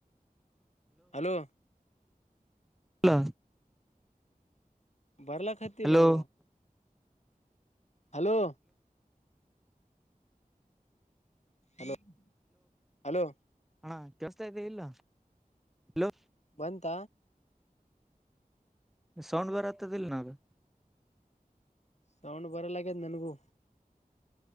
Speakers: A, on the left; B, in the centre.
A: ಹಲೋ.
B: ಇಲ್ಲ
A: ಬರ್ಲಾಕತ್ತಿಲ್ಲೋ.
B: ಹಲೋ
A: ಹಲೋ. Hello hello.
B: ಹಾ ಕೆಳ್ಸ್ತಾ ಇದ್ದೇ ಇಲ್ಲೊ ಹಲೋ.
A: ಅಂತ.
B: ಸೌಂಡ ಬರತದೀಲ್ಲ ನ ಗ.
A: ಸೌಂಡ್ ಬರಲಗೇದ ನನ್ಗೂ.